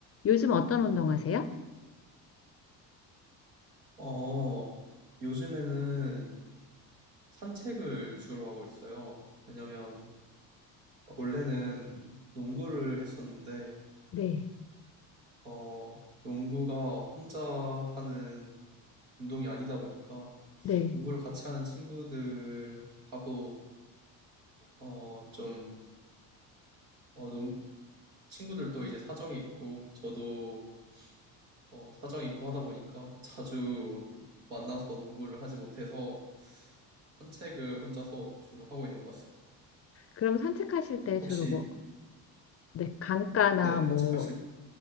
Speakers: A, on the left (about 30°); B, on the right (about 80°).
A: 요즘 어떤 운동하세요?
B: 어, 요즘에는 산책을 주로 하고 있어요. 왜냐면 원래는 농구를 했었는데
A: 네.
B: 어, 농구가 혼자 하는 운동이 아니다 보니까
A: 네.
B: 농구를 같이 하는 친구들하고 어, 좀 어, 농, 친구들도 이제 사정이 있고 저도 어, 사정이 있고 하다 보니까 자주 만나서 농구를 하지 못해서 산책을 혼자서 주로 하고 있는 것 같습니다.
A: 그럼 산책하실 때
B: 혹시
A: 주로 뭐, 네, 강가나
B: 네 산책하실
A: 뭐,